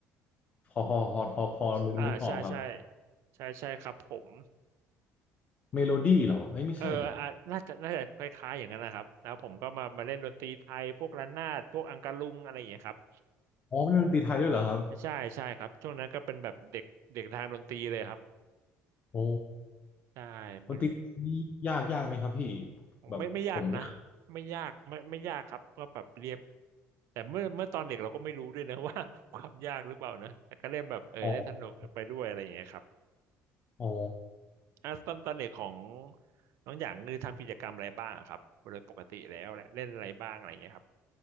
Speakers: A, on the left; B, on the right.
A: พอพอพอพอพอนึกนึกออกครับ
B: อ่าใช่ใช่ใช่ใช่ครับผม
A: เมโลดี้เหรอเอ้ยไม่ใช่ดิ
B: เอออ่ะน่าจะน่าจะคล้ายๆอย่างนั้นนะครับแล้วผมก็มามาเล่นดนตรีไทยพวกระนาดพวกอังกะลุงอะไรอย่างเงี้ยครับ
A: อ๋อเป็นดนตรีไทยด้วยเหรอครับ
B: ใช่ใช่ครับช่วงนั้นก็เป็นแบบเด็กเด็กทางดนตรีเลยครับ
A: โอ้
B: ใช่ไม่รู้
A: ดนตรีนี่ยากยากไหมครับพี่แบบผมอยาก
B: ไม่ไม่ยากนะไม่ยากไม่ไม่ยากครับก็แบบเรียนแต่เมื่อเมื่อตอนเด็กเราก็ไม่รู้ด้วยนะ <laughs> ว่า <laughs> ความยากหรือเปล่านะแต่ก็เล่นแบบเออเล่นสนุกไปด้วยอะไรอย่างเงี้ยครับ
A: ออกอ๋อ
B: อ่ะตอนตอนเด็กของน้องหยางคือทำกิจกรรมอะไรบ้างอะครับโดยปกติแล้วแหละเล่นอะไรบ้างอะไรอย่างเงี้ยครับ